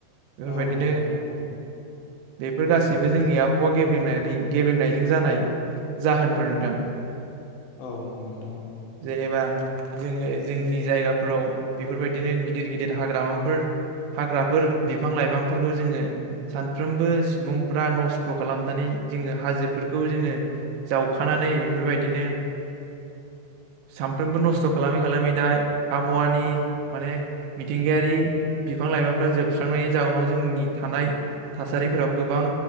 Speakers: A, on the right (about 80°); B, on the left (about 85°).
A: बेफोरबायदिनो
B: औ नंगौ नोंथां औ।
A: बेफोर गासैबो जोंनि आबहावा गेब्रेंनानै गेब्रेनायजों जानाय जाहोनफोर नोंथां
B: औ नंगौ नोंथां औ
A: जेनेबा जोङो जोंनि जायगाफोराव बेफोरबायदिनो गिदिर गिदिर हाग्रामाफोर हाग्राफोर बिफां लाइफांफोरखौ जोंङो सानफ्रोमबो सुबुंफ्रा नस्थ खालामनानै जोङो हाजोफोरखौ जोङो जावखानानै बेफोरबायदिनो
B: <inaudible> बुंथिगिरिनि जेबो खोनानो मोननाय जायाखै
A: सानफ्रोमबो नस्थ' खालामै खालामै दा आबहावानि माने मिथिंगायारि बिफां लाइफांफ्रा जोबस्रांनायनि जाउनाव जोंनि थानाय थासारिफोराबो गोबां